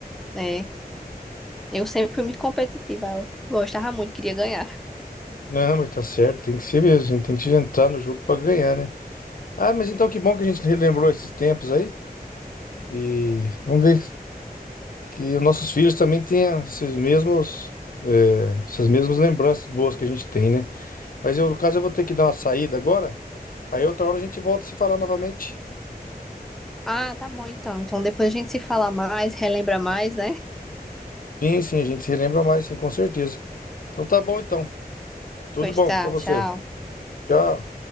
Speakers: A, in the centre; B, on the left.
A: né? Eu sempre fui muito competitiva, eu gostava muito, queria ganhar.
B: Não, mas tá certo, tem que ser mesmo, a gente tem que entrar no jogo para ganhar, né? Ah, mas então que bom que a gente relembrou esses tempos aí. E vamos ver que os nossos filhos também tenham esses mesmos, eh, essas mesmas lembranças boas que a gente tem, né? Mas eu, no caso, eu vou ter que dar uma saída agora. Aí outra hora a gente volta a se falar novamente.
A: Ah, tá bom então. Então depois a gente se fala mais, relembra mais, né?
B: Sim, sim, a gente se relembra mais, sim, com certeza. Então tá bom então. Tudo
A: Pois
B: bom
A: tá,
B: pra você.
A: tchau.
B: Tchau.